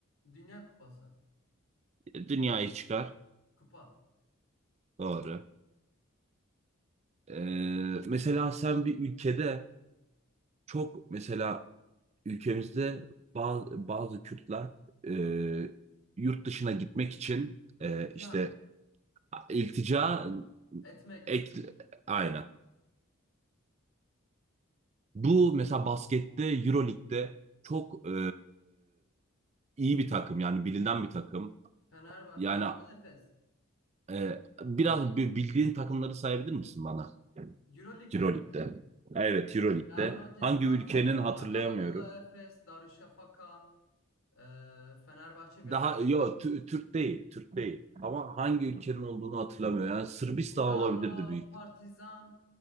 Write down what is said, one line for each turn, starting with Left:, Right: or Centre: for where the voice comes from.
Left: Dünya Kupası.
Right: Dünyayı çıkar.
Left: Kupa.
Right: Doğru. Ee, mesela sen bir ülkede çok mesela ülkemizde bazı, bazı Kürtler e, yurt dışına gitmek için
Left: İltica.
Right: e, işte iltica
Left: Etmek.
Right: ek, aynen. Bu mesela baskette Euroleague'de çok e, iyi bir takım yani bilinen bir takım.
Left: Fenerbahçe.
Right: Yani
Left: Anadolu Efes.
Right: e, biraz bi- bildiğin takımları sayabilir misin bana
Left: Euroleague'de
Right: Euroleague'de?
Left: mi?
Right: Evet Euroleague'de.
Left: Real Madrid,
Right: Hangi
Left: Barcelona,
Right: ülkenin hatırlayamıyorum.
Left: Anadolu Efes, Darüşşafaka, eee Fenerbahçe, Beko,
Right: Daha yok Türk değil, Türk değil. Ama hangi ülkenin olduğunu hatırlamıyorum. Yani Sırbistan
Left: Milano,
Right: olabilirdi büyük.
Left: Partizan.